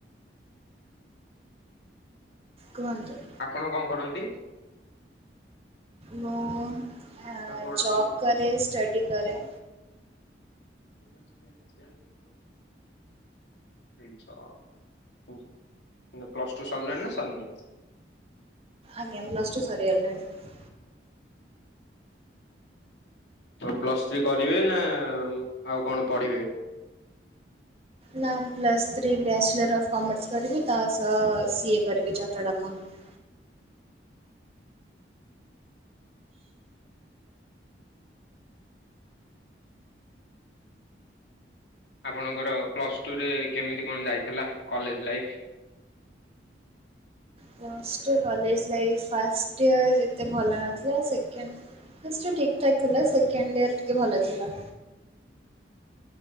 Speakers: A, on the right; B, on the left.
A: କୁହନ୍ତୁ।
B: ଆପଣ କଁ କରନ୍ତି?
A: ମୁଁ ଆ
B: କୋଉ ଜଣ
A: ଜବ୍
B: ଦେଲେ?
A: କରେ, ଷ୍ଟଡି କରେ।
B: <inaudible> <unintelligible> ମାନେ ପ୍ଲସ ଟୁ ସରିଲଣି ନା ସରିନି?
A: ଆଜ୍ଞା ପ୍ଲସ୍ ଟୁ ସରି ଗଲାଣି।
B: କଣ ପ୍ଲସ୍ ଥ୍ରୀ କରିବେ ନା ଉମ ଆଉ କଣ ପଢ଼ିବେ?
A: ନାଁ ମୁଁ plus three bachelor of commerce କରିବି ତା ସହ ସିଏ କରିବି ଚାର୍ଟାଡ଼ ଆକଉଣ୍ଟ।
B: ଆପଣଙ୍କର ପ୍ଲସ୍ ଟୁରେ କେମିତି କଣ ଯାଇଥିଲା college life?
A: Plus two college life first year ଏତେ ଭଲ ନଥିଲା ସେକେଣ୍ଡ ଫାଷ୍ଟ ଇୟର୍ ଠିକ୍ ଠାକ୍ ଥିଲା ସେକେଣ୍ଡ ଇୟର୍ ଟିକେ ଭଲ ଥିଲା।